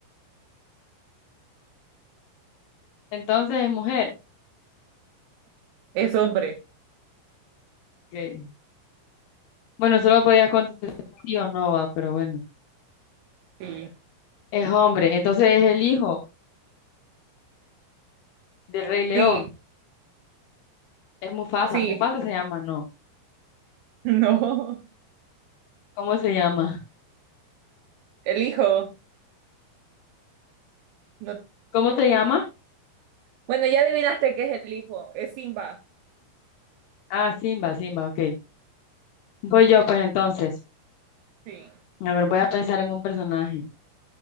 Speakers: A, on the left; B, on the right.
A: Entonces es mujer.
B: Es hombre.
A: Ok. Bueno, solo podías contestar sí o no, va, pero bueno.
B: Sí.
A: Es hombre, entonces es el hijo del Rey León.
B: Sí.
A: Es Mufasa.
B: Sí.
A: Mufasa
B: <laughs>
A: se llama, no.
B: No.
A: ¿Cómo se llama?
B: El hijo. No-
A: ¿Cómo se llama?
B: Bueno, ya adivinaste que es el hijo. Es Simba.
A: Ah, Simba, Simba, ok. Voy yo, pues entonces.
B: Sí.
A: A ver, voy a pensar en un personaje.